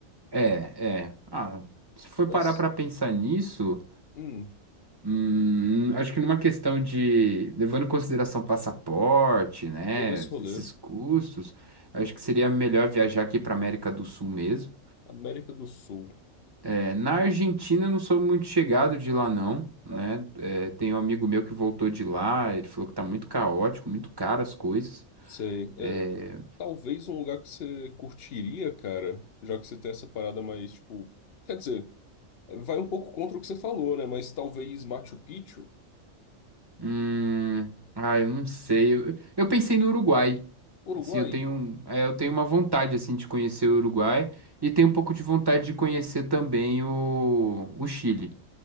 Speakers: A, on the right (about 20°); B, on the left (about 55°).
A: É, é. Ah, se for
B: Mas,
A: parar para pensar nisso.
B: hum,
A: Hum, acho que numa questão de, levando em consideração passaporte, né,
B: todo esse rolê.
A: esses custos, acho que seria melhor viajar aqui para América do Sul mesmo.
B: América do Sul.
A: É, na Argentina eu não sou muito chegado de lá não, né? É, tem um amigo meu que voltou de lá, ele falou que tá muito caótico, muito caro as coisas.
B: Sei. É,
A: É,
B: talvez um lugar que você curtiria, cara, já que você tem essa parada mais, tipo. Quer dizer, vai um pouco contra o que você falou, né? Mas talvez Machu Picchu?
A: hum, ah, eu não sei. Eu, eu pensei no Uruguai.
B: Uruguai?
A: Assim, eu tenho, um- é, eu tenho uma vontade assim de conhecer o Uruguai e tenho um pouco de vontade de conhecer também o, o Chile.